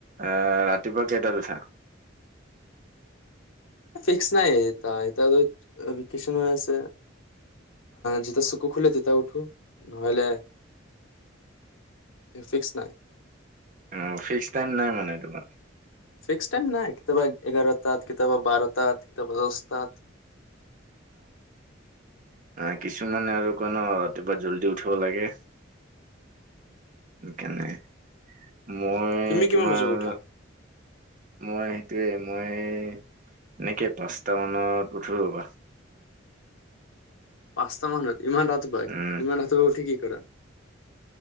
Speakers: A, on the right; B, on the left.
A: এ ৰাতিপুৱা কেইটা উঠা?
B: ফিক্স নাই এ এতিয়া টো ভেকেছন হৈ আছে যেতিয়া চুকু খোলে তেতিয়া উঠো নহলে ফিক্স নাই।
A: অ ফিক্স টাইম নাই মানে তোমাৰ।
B: ফিক্স টাইম নাই কেতিয়াবা এঘাৰটাত কেতিয়াবা বাৰটাত কেতিয়াবা দহটাত।
A: অ কিছুমানে আৰু ক ন ৰাতিপুৱা জল্দি উঠিব লাগে। কেনে মই
B: তুমি কিমান
A: তোমাৰ
B: বজাত উঠা?
A: মই সয়ে মই এনেকে পাঁচটা মানত উঠলো ৰবা।
B: পাঁচটা মানত। ইমান ৰাতিপুৱাই
A: উম
B: ইমান ৰাতপুৱাই উঠি কি কৰা?